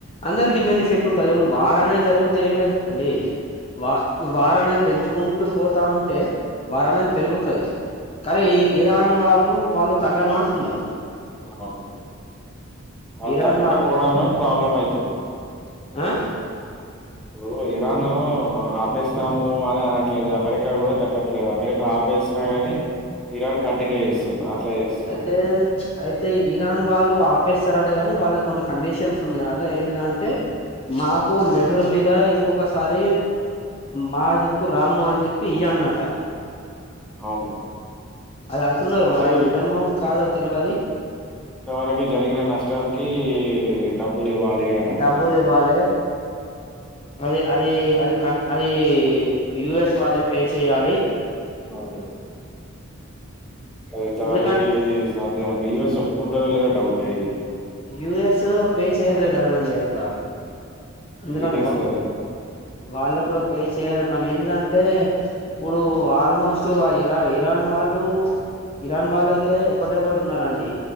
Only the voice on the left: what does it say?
అందరికి బెనిఫిట్ ఉంటది ఇప్పుడు వారనే జరుగుతే ఏమైతద్ అండి వా వర్ అనేది పెంచుకుంటూ పోతా ఉంటే వార్ అనేది
పెరుగుతది కారే
ఈ ఇరాన్ వాళ్ళు వాళ్ళు తగ్గను అంటున్నారు
ఇరాన్
అ
అయితే అయితే ఇరాన్ వాళ్ళు ఆప్పేస్తారట కానీ వాళ్ళ కొన్ని కండిషన్స్ ఉన్నాయట ఏంటిదంటె మాకు లెటర్ మీద ఇక్కొకసారి మాదిక్కు రాము అని చెప్పి ఇ అన్నట
అది అంటున్నారు
మరి అది నిజమో కాదో తెలివది
డబ్బులు
ఇవ్వాలి అది అది అది కన్ అది యుఎస్ వాళ్ళ పే చేయ్యాలి
ఎందుకంటే
యుఎస్ పే చేయాలి కదండి అట్లా ఎందుకంటే
వాళ్ళు
కూడా పే చేయరు కానీ ఏంటిదంటే ఇప్పుడు
ఆల్మోస్ స్ట్ ఇరా ఇరన్ వాళ్ళు ఇరాన్ వాళ్ళు అయితే ఒకటే ఒకటి ఉన్నారండి